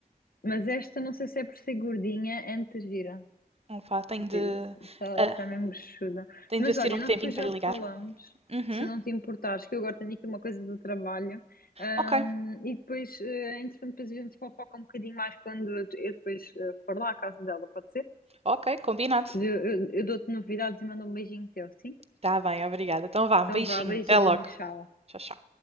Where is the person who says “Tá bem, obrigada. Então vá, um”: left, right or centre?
Right